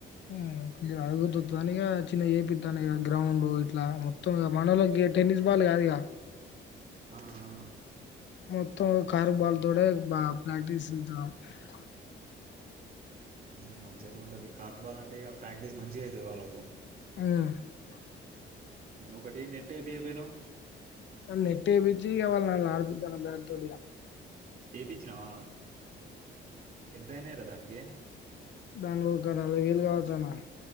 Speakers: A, on the left (about 65°); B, on the right (about 45°).
A: <unintelligible> గ్రౌండు ఇట్లా మొత్తం మనలోకి టెన్నిస్ బాల్ కాదుగా
B: ఆ ఆ
A: మొత్తం కారు బాల్ తోడే బాగ ప్రాక్టీసు <unintelligible>
B: నీకు మంచిగనే ఉంటది కార్క్ బాల్ అంటే ప్రాక్టీస్ మంచి గా అయితది వాళ్ళకు
A: ఉమ్
B: ఒకటి నెట్ట్ ఏపీయపోయినవ్ <unintelligible>
A: నెట్ ఏపిచ్చి ఏమన్నా వాళ్అడిపిత్తన్న బాట్ తోటి ఇక
B: ఏపిచ్చినావా ఎంతైనాయి రా దానికి ఏ
A: దానిలో ఒక నాలుగు వేలు కావచ్చు అన్న